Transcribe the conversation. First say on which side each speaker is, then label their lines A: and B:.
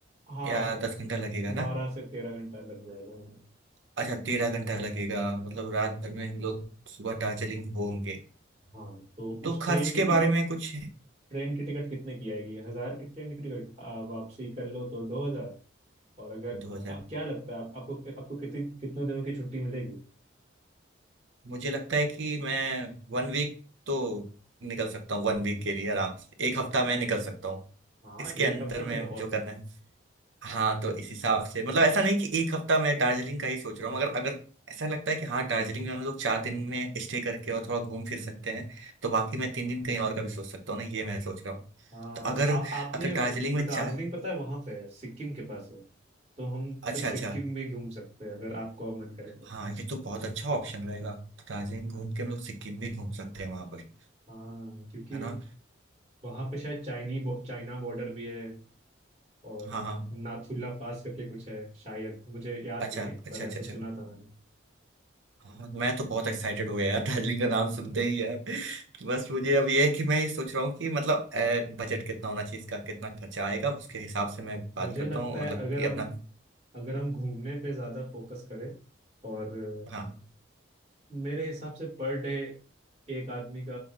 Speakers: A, on the right; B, on the right.
A: हाँ
B: या दस घंटा लगेगा ना
A: बारह से तेरह घंटा लग जाएगा हमें
B: अच्छा तेरह घंटा लगेगा मतलब रात भर में हम लोग सुबह दार्जिलिंग होंगे
A: हाँ तो
B: तो
A: उस
B: खर्च
A: ट्रेन की
B: के
A: टिकट
B: बारे में कुछ है?
A: ट्रेन की टिकट कितने की आएगी हजार की ट्रेन की टिकट आ, वापसी कर लो तो दो हजार और अगर
B: दो हजार
A: आ, क्या लगता है आप, आपको आपको कितनी कितनों दिनों की छुट्टी मिलेगी
B: मुझे लगता है कि मैं वन वीक तो निकल सकता हूँ वन वीक के लिए आराम से एक हफ्ता में निकल सकता हूँ
A: हाँ
B: इसके
A: एक
B: अंतर
A: हफ्ता
B: में
A: तो बहुत
B: जो करना
A: है
B: है हाँ तो इस हिसाब से मतलब ऐसा नहीं कि एक हफ्ता मैं दार्जिलिंग का ही सोच रहा हूँ अगर अगर ऐसा लगता है कि हाँ दार्जिलिंग में हम लोग चार दिन में स्टे करके और थोड़ा घूम फिर सकते हैं तो बाकी मैं तीन दिन कहीं और का भी सोच सकता हूँ ना ये मैं सोच रहा हूँ
A: हाँ
B: तो अगर
A: आ, आपने
B: अगर दार्जिलिंग में
A: दार्जिलिंग
B: चार
A: पता है वहां पे है सिक्किम के पास है तो हम
B: अच्छा
A: फिर सिक्किम
B: अच्छा
A: भी घूम सकते हैं अगर आपको मन करे तो
B: हाँ ये तो बहुत अच्छा ऑप्शन रहेगा दार्जिलिंग घूम के हम लोग सिक्किम भी घूम सकते हैं वहां पर
A: हाँ क्योंकि
B: है ना
A: वहां पे शायद चाइनी बो, चाइना बॉर्डर भी है और
B: हाँ हाँ
A: नाथुला पास करके कुछ है शायद मुझे याद
B: अच्छा
A: नहीं है
B: अच्छा
A: पर
B: अच्छा
A: ऐसा
B: अच्छा
A: सुना था मैंने
B: हाँ मैं तो बहुत एक्साइटेड हो गया यार दार्जिलिंग का नाम सुनते ही यार बस मुझे अब ये है कि मैं ये सोच रहा हूँ कि मतलब बजट कितना होना चाहिए इसका कितना खर्चा आएगा उसके हिसाब से मैं बात
A: मुझे
B: करता
A: लगता
B: हूँ
A: है
B: मतलब
A: अगर
B: कि
A: हम
B: अपना
A: अगर हम घूमने पे ज्यादा फोकस करें और अ,
B: हाँ
A: मेरे हिसाब से पर डे एक आदमी का